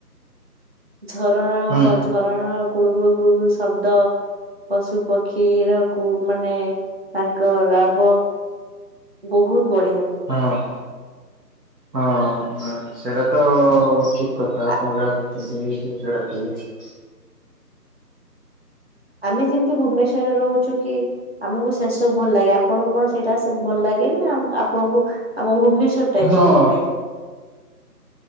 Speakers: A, on the right; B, on the right.
A: ଝରଣା ଓ
B: ହଁ
A: ଝରଣା କୁଳୁ କୁଳୁ କୁଳୁୁ ଶବ୍ଦ ପଶୁ, ପକ୍ଷୀ ର କୁ ମାନେ ତାଙ୍କ ରାବ ବହୁତ ବଢିଆ
B: ହଁ। ହଁ ସେଇଟା ତ ଠିକ କଥା
A: ଆ
B: ଆପଣ ଯାହାକୋହୁଛନ୍ତି ସେଟା ଠିକ
A: ଆମେ ଯେମିତି ଭୁବେନେଶ୍ୱର ରେ ରହୁଛୁ କି? ଆମକୁ ସେ ସବୁ ଭଲ ଲାଗେ ଆପଣଙ୍କୁ କଣ ସେଇଟା ସେ ଭଲ ଲାଗେ ନା ଆପଣଙ୍କୁ ଆମ ଭୁବନେଶ୍ୱର ଟାଇପ
B: ହଁ
A: ର ଭଲ ଲାଗେ?